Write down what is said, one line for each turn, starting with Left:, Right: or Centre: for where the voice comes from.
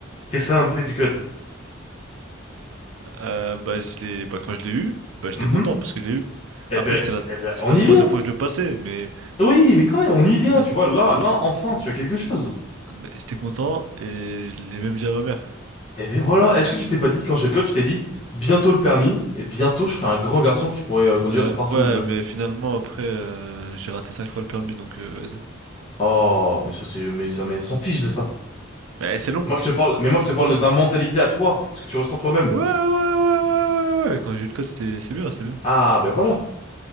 Left: qu'est-ce que ça en fait du code?
Right: Euh, bah, je l'ai, bah, quand je l'ai eu, bah, j'étais
Left: Mhm.
Right: content parce que je l'ai eu.
Left: Eh
Right: Après,
Left: ben,
Right: c'était la,
Left: eh ben,
Right: c'était
Left: on y
Right: la troisième
Left: vient!
Right: fois que je le passais, mais,
Left: Oui, mais quand même, on y vient,
Right: mais vas-y.
Left: tu vois, là,
Right: Après,
Left: là, enfin, tu as quelque chose.
Right: mais j'étais content et je l'ai même dit à ma mère.
Left: Eh ben voilà, est-ce que tu t'es pas dit, quand j'ai le code, tu t'es dit, bientôt le permis, et bientôt je serai un grand garçon qui pourrait euh, conduire
Right: Euh,
Left: partout
Right: ouais,
Left: où je veux.
Right: mais finalement, après, euh, j'ai raté cinq fois le permis, donc euh, vas-y.
Left: Oh, mais ça c'est, mais ça, mais on s'en fiche de ça.
Right: Mais c'est long,
Left: Moi je te parle, mais moi
Right: c'est
Left: je te
Right: trop
Left: parle
Right: long.
Left: de ta
Right: même.
Left: mentalité à toi, ce que tu restes en toi-même.
Right: Ouais, ouais, ouais, ouais, ouais, ouais. Quand j'ai eu le code, c'était, c'est bien, c'est bien.
Left: Ah ben voilà.